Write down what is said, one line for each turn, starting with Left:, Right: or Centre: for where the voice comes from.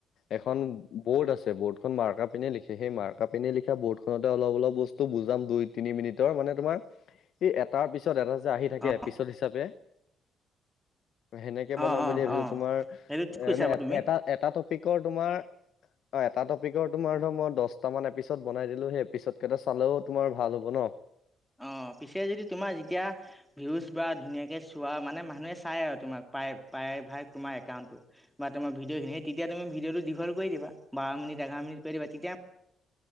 Left: এখন বৰ্ড আছে বৰ্ডখন মাৰ্কা পেনে লিখে সেই মাৰ্কা পেনে লিখা বৰ্ড খনতে অলপ অলপ বচ টো বুজাম দুই তিনি মিনিটৰ মানে তোমাৰ এই এটাৰ পিছত এটা যে আহি থাকে
Centre: অঁ
Left: এপিছদ হিচাপে সেনেকে বনাম
Centre: অঁ
Left: বুলি
Centre: অঁ
Left: ভাবিছো,
Centre: অঁ
Left: তোমাৰ
Centre: সেইটো ঠিক কৈছা
Left: এনে
Centre: বাৰু তুমি
Left: এটা এটা টপিকৰ তোমাৰ অ' এটা টপিকৰ তোমাৰ ধৰ মই দশটামান এপিচড বনাই দিলো সেই এপিচড কেইটা চালেও তোমাৰ ভাল হব ন?
Centre: অ' পিছে যদি তোমাৰ যেতিয়া ভিউজ বা ধুনীয়াকে চোৱা মানে মানুহে চাই আৰু তোমাক প্ৰায় - প্ৰায় ভাগ তোমাৰ একাউণ্টটো বা, তোমাৰ ভিঅ' খিনি স তেতিয়া তুমি ভিডিঅটো দীঘল কৰি দিবা, বাৰ মিনিট এঘাৰমিনিট কৰি দিবা তিতিয়া